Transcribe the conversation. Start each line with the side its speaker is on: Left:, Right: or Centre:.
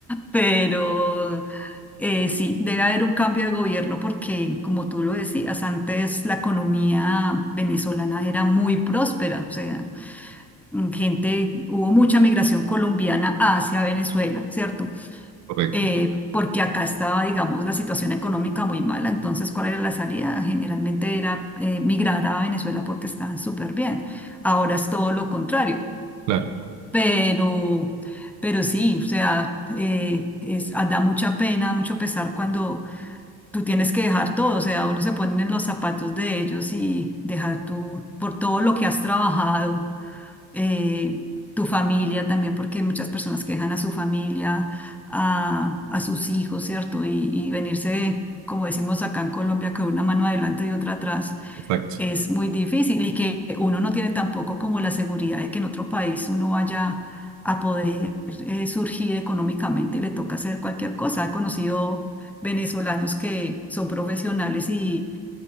Centre: Pero Eh, sí, debe haber un cambio de gobierno porque, como tú lo decías, antes la economía venezolana era muy próspera, o sea, mm, gente, hubo mucha migración colombiana hacia Venezuela, ¿cierto?
Right: Correcto,
Centre: Eh, porque acá estaba, digamos, la situación económica muy mala, entonces, ¿cuál era la salida? Generalmente era eh, migrar a Venezuela porque estaban súper bien. Ahora es todo lo contrario,
Right: claro,
Centre: pero... Pero sí, o sea, eh, es, ah, da mucha pena, mucho pesar cuando tú tienes que dejar todo, o sea, uno se pone en los zapatos de ellos y dejar tú por todo lo que has trabajado, eh, tu familia también, porque hay muchas personas que dejan a su familia, a, a sus hijos, ¿cierto? Y, y venirse, como decimos acá en Colombia, con una mano adelante y otra atrás
Right: exacto.
Centre: es muy difícil y que uno no tiene tampoco como la seguridad de que en otro país uno vaya a poder eh, surgir económicamente, le toca hacer cualquier cosa. He conocido venezolanos que son profesionales y,